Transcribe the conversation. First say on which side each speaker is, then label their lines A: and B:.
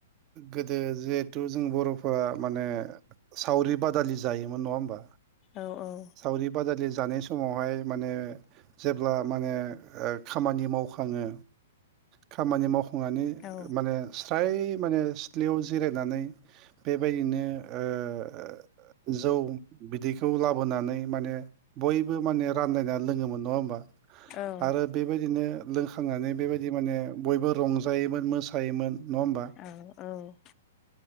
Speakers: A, on the right (about 30°); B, on the left (about 30°).
A: गोदो जिहेथु जों बर'फोरा माने सावरि बादालि जायोमोन नङा होमबा?
B: औ औ
A: सावरि बादालि जानाय समावहाय माने जेब्ला माने ओ खामानि मावखाङो खामानि मावखांनानै
B: औ
A: माने फ्राय माने सिथलियाव जिरायनानै बेबायदिनो ओ जौ बिदैखौ लाबोनानै माने बयबो माने रानलायना लोङोमोन नङा होमबा?
B: औ
A: आरो बेबायदिनो लोंखांनानै बेबायदि माने बयबो रंजायोमोन मोसायोमोन नङा होमबा?
B: औ औ